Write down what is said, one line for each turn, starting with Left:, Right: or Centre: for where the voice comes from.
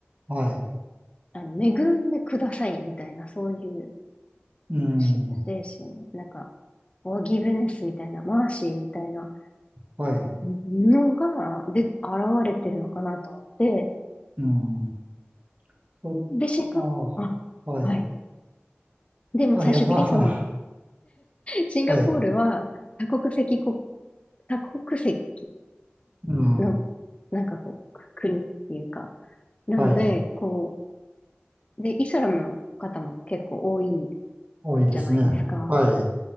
Right: はい。
Left: あの、恵んでくださいみたいな、そういう
Right: うん、
Left: し精神、なんか、フォーギブネスみたいな、マーシーみたいな
Right: はい。
Left: のが、で、現れてるのかなと思って、
Right: うん。そ、
Left: で、シンガポール、
Right: あ、
Left: あ、
Right: はい。
Left: はい。でも最終的にその、
Right: あ、いや、あ、は、
Left: シンガポールは多国籍国
Right: はい。
Left: 多国籍
Right: うん。
Left: の、なんかこう、く国っていうか、なので、
Right: はい。
Left: こう、で、イスラムの方も結構多い
Right: 多いですね。
Left: じゃないですか。
Right: はい。